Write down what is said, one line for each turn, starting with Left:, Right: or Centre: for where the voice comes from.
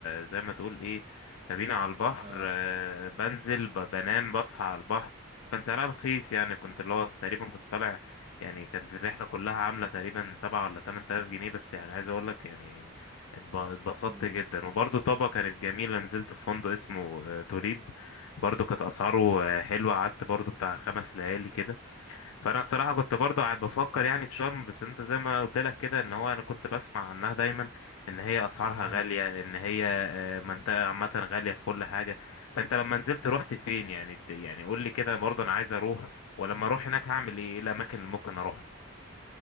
Left: زي ما تقول ايه كابينة على البحر
Right: اه
Left: آه، بنزل ب- بنام بصحى على البحر كان سعرها رخيص يعني كنت اللي هو تقريبا كنت طالع يعني كانت الرحلة كلها عاملة تقريبا سبعة ولا تمن تلاف جنيه بس يعني عايز أقولك يعني اتب- اتبسطت
Right: مم.
Left: جدا وبرضه طابة كانت جميلة نزلت في فندق اسمه آه، توليب برضه كانت أسعاره آه، حلوة قعدت برضه بتاع خمس ليالي كده فانا الصراحه كنت برضه قاعد بفكر يعني في شرم بس انت زي ما قلت لك كده ان هو انا كنت بسمع عنها دايما ان هي اسعارها
Right: مم.
Left: غاليه ان هي آه، منطقه عامه غاليه في كل حاجه فانت لما نزلت رحت فين يعني د- يعني قول لي كده برضه انا عايز اروح ولما اروح هناك هعمل ايه ايه الاماكن اللي ممكن اروحها